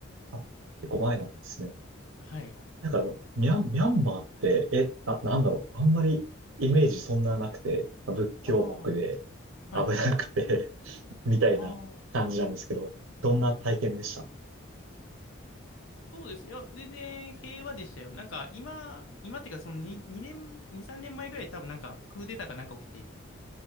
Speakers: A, on the right (about 80°); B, on the left (about 75°).
A: あ、結構前なんですね。
B: はい。
A: なんかあの、ミャン、ミャンマーって、え、な、なんだろう。あんまりイメージそんななくて、仏教国で
B: ああ、はいはい。
A: 危なくて <laughs> みたいな感じなんですけど、
B: ああ、
A: どんな体験でした
B: そうですよ。全然平和でしたよ。なんか今、今っていうかそのに2年、2、3年前ぐらい多分なんかクーデターかなんか起きて、